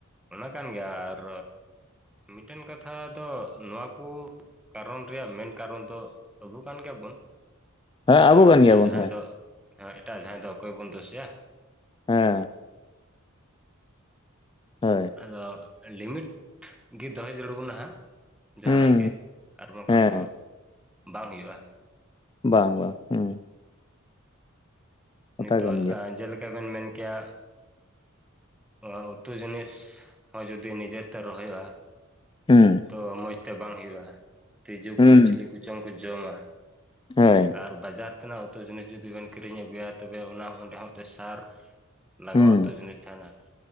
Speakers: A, in the centre; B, on the left.
A: ᱚᱱᱟ ᱠᱟᱱ ᱜᱮᱭᱟ ᱟᱨ ᱢᱤᱫ ᱴᱮᱱ ᱠᱟᱛᱷᱟ ᱫᱚ ᱱᱚᱣᱟ ᱠᱚ ᱠᱟᱨᱚᱱ ᱨᱮᱭᱟᱜ ᱢᱮᱱ ᱠᱟᱨᱚᱱ ᱫᱚ ᱟᱵᱚ ᱠᱟᱱ ᱜᱮᱭᱟ ᱵᱚᱱ᱾
B: ᱦᱮᱸ ᱟᱵᱚ
A: ᱟᱨ
B: ᱠᱟᱱ
A: ᱮᱴᱟᱜ
B: ᱜᱮᱭᱟᱵᱚᱱ
A: ᱡᱟᱦᱟᱸᱭ
B: ᱦᱳᱭ
A: ᱫᱚ ᱮᱴᱟᱜ ᱡᱟᱦᱟᱸᱭ ᱫᱚ ᱚᱠᱚᱭ ᱵᱚᱱ ᱫᱳᱥᱮᱭᱟ᱾
B: ᱦᱮᱸ ᱦᱳᱭ
A: ᱟᱫᱚ ᱞᱤᱢᱤᱴ ᱜᱮ ᱫᱚᱦᱚᱭ ᱡᱚᱲᱩ ᱵᱚᱱᱟ ᱦᱟᱸᱜ ᱡᱟᱦᱟᱱᱟᱜ
B: ᱦᱩᱸ
A: ᱜᱮ ᱟᱨ ᱵᱟᱝ
B: ᱦᱮᱸ
A: ᱠᱷᱟᱱ ᱫᱚ ᱵᱟᱝ ᱦᱩᱭᱩᱜᱼᱟ᱾
B: ᱵᱟᱝ ᱵᱟᱝ ᱦᱮᱸ ᱠᱟᱛᱷᱟ
A: ᱱᱤᱛᱚᱜ
B: ᱠᱟᱱ ᱜᱮᱭᱟ
A: ᱡᱮᱞᱮᱠᱟ ᱵᱮᱱ ᱢᱮᱱ ᱠᱮᱭᱟ᱾ ᱱᱚᱣᱟ ᱩᱛᱩ ᱡᱤᱱᱤᱥ ᱦᱚᱸ ᱡᱩᱫᱤ ᱱᱤᱡᱮ ᱛᱮ ᱨᱚᱦᱚᱭᱚᱜᱼᱟ᱾
B: ᱦᱮᱸ
A: ᱛᱚ ᱢᱚᱡᱽ ᱛᱮ ᱵᱟᱝ ᱦᱩᱭᱩᱜᱼᱟ᱾ ᱛᱤᱡᱩ
B: ᱦᱩᱸ
A: ᱠᱚ ᱪᱤᱞᱤ ᱠᱚᱪᱚᱝ ᱠᱚ ᱡᱚᱢᱟ᱾
B: ᱦᱳᱭ
A: ᱟᱨ ᱵᱟᱡᱟᱨ ᱛᱮᱱᱟᱜ ᱩᱛᱩ ᱡᱤᱱᱤᱥ ᱡᱩᱫᱤ ᱵᱮᱱ ᱠᱤᱨᱤᱧ ᱟᱹᱜᱩᱭᱟ ᱛᱚᱵᱮ ᱚᱱᱟ ᱚᱸᱰᱮ ᱦᱚᱸ ᱛᱮ ᱥᱟᱨ ᱞᱟᱜᱟᱣ
B: ᱦᱩᱸ
A: ᱩᱛᱩ ᱡᱤᱱᱤᱥ ᱛᱟᱦᱮᱱᱟ